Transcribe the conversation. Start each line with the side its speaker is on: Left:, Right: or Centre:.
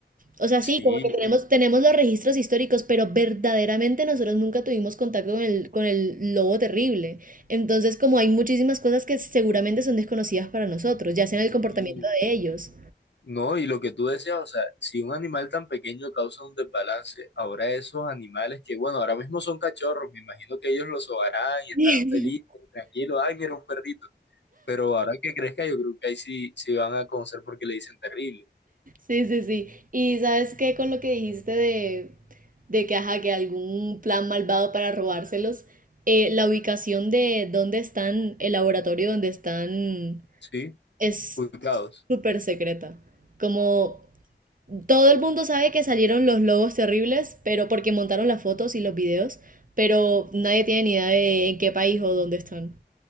Right: O sea,
Left: Sí,
Right: sí, como que tenemos, tenemos los registros históricos, pero verdaderamente nosotros nunca tuvimos contacto con el, con el lobo terrible. Entonces, como hay muchísimas cosas que seguramente son desconocidas para nosotros, ya sea en el comportamiento
Left: sí.
Right: de ellos.
Left: No, y lo que tú decías, o sea, si un animal tan pequeño causa un desbalance, ahora esos animales que, bueno, ahora mismo son cachorros, me imagino que ellos los sobarán y estarán
Right: <laughs>
Left: felices, tranquilos, ay, mira un perrito, pero ahora que crezca yo creo que ahí sí, sí van a conocer porque le dicen terrible,
Right: Sí, sí, sí. Y sabes qué con lo que dijiste de, de que, ajá, que algún plan malvado para robárselos, eh, la ubicación de dónde están, el laboratorio donde están,
Left: ¿sí?
Right: es
Left: Ubicados.
Right: súper secreta. Como todo el mundo sabe que salieron los lobos terribles, pero porque montaron las fotos y los videos, pero nadie tiene ni idea de en qué país o dónde están.